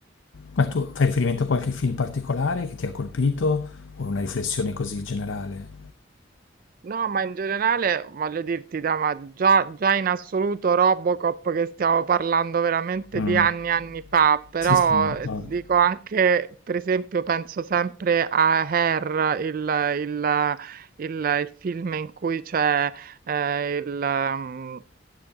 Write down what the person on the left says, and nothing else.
Ma tu fai riferimento a qualche film particolare che ti ha colpito o una riflessione così generale?
Mm,
Sì, sì, mi ricordo.